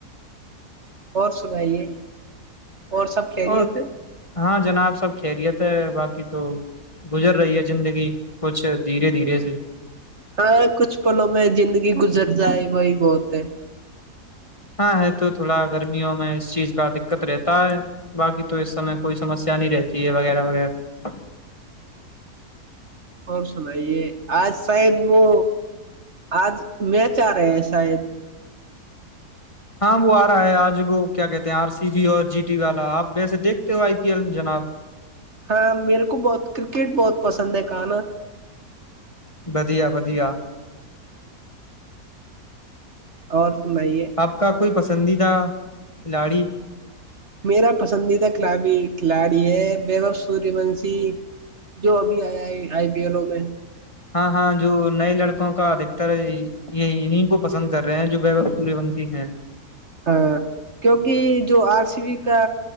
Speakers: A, on the right; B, on the left.
A: اور سنائیے اور سب خیریت
B: اور
A: ہے
B: ہاں جناب سب خیریت ہے باقی تو گزر رہی ہے زندگی کچھ دھیرے دھیرے سے
A: ہاں کچھ پلوں میں زندگی گزر جائے وہی بہت ہے
B: ہاں ہے تو تھوڑا گرمیوں میں اس چیز کا دقت رہتا ہے باقی تو اس سمے کوئی سمسیا نہیں رہتی ہے وغیرہ وغیرہ
A: اور سنائیے آج شاید وہ آج میچ آ رہے ہے شاید
B: ہاں وہ آ رہا ہے آج وہ کیا کہتے ہیں آر سی وی اور جی ٹی والا آپ ویسے دیکھتے ہو آئی پی ایل جناب
A: ہاں میرے کو بہت کرکٹ بہت پسند ہے کہانا
B: ودیا ودیا
A: اور سنائیے
B: آپ کا کوئی پسند پسندیدہ کھلاڑی
A: میرا پسندیدہ کی کھلاڑی ہے ببو سوریہ ونش جو ابھی آیا ہے آئی پی ایلو میں
B: ہاں ہاں جو نئے لڑکوں کا ادھکتر یہ انیں کو پسند کر رہے ہیں جو بک سوریہ ونشی ہیں
A: ہاں کیونکہ جو آر سی بی کا